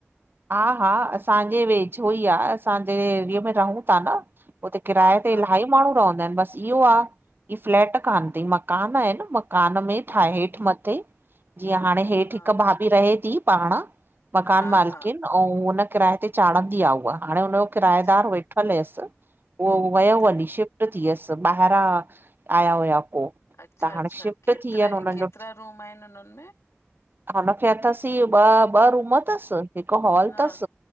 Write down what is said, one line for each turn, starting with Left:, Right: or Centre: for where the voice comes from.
Right: हा हा असांजे वेझो ई आ असां जहि एरिए में रहूं ता न उते किराए
Left: हा हा
Right: ते इलाही माण्हूं रहंदा इन बस इहो आ इ फ्लैट कान तई मकान आइन मकान में ठाहे हेठि मथे जीअं हाणे हेठ
Left: हा
Right: हिकु भाभी रहे ती पाण मकान
Left: हा
Right: मालिक
Left: हा
Right: अऊं हुन किराये ते चाणंदी आ उहा हाणे हुनजो किरायेदार
Left: अच्छा
Right: वेठल हुयस उओ वयो
Left: त
Right: हली शिफ्ट थी वियस ॿाहिरां आया हुया पो
Left: अच्छा
Right: त हाणे
Left: अच्छा
Right: शिफ्ट
Left: केतरे
Right: थी विया आहिनि हुननि
Left: केतरा
Right: जो
Left: रूम आइन उन में?
Right: हुनखे अथस ई इये ॿ ॿ रूम तस हिक हॉल
Left: हा
Right: तस